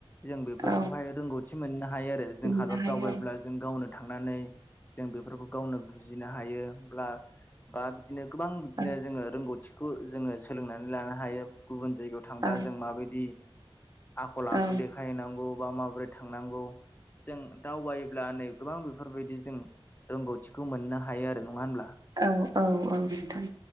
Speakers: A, on the left; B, on the right.
A: जों बेफोरखौहाय
B: औ
A: रोंगौथि मोननो हायो आरो जों
B: बिदिनो
A: हादर
B: हायो
A: दावबायब्ला जों गावनो थांनानै जों बेफोरखौ गावनो बुजिनो हायोब्ला बा दिनो गोबां बिदिनो
B: औ
A: जोङो रोंगौथिखौ जोङो सोलोंनानै लानो हायो गुबुन जायगायाव थांब्ला
B: औ
A: जों माबायदि आखल आखु
B: औ
A: देखायहैनांगौ बा माबोरै थांनांगौ जों दावबायोब्ला नै गोबां बेफोरबायदि जों रोंगौथिखौ मोननो हायो आरो नङा होनब्ला?
B: औ औ औ नोंथां।